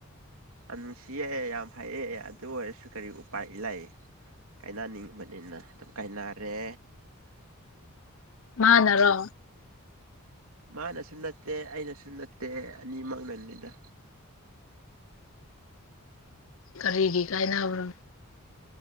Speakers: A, on the right; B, on the left.
A: ꯑꯥꯅꯨꯡꯁꯤꯌꯦ ꯌꯥꯝ ꯐꯩꯌꯦ ꯑꯗꯨ ꯑꯣꯏꯔꯁꯨ ꯀꯔꯤ ꯎꯄꯥꯏ ꯂꯩ ꯀꯥꯏꯅꯅꯤꯡꯕꯅꯤꯅ ꯑꯗꯨꯝ ꯀꯥꯏꯅꯔꯦ
B: ꯃꯥꯅꯔꯣ
A: ꯃꯥꯅꯁꯨ ꯅꯠꯇꯦ ꯑꯩꯅꯁꯨ ꯅꯠꯇꯦ ꯑꯅꯤꯃꯛꯅꯅꯤꯗ
B: ꯀꯔꯤꯒꯤ ꯀꯥꯏꯅꯕ꯭ꯔꯣ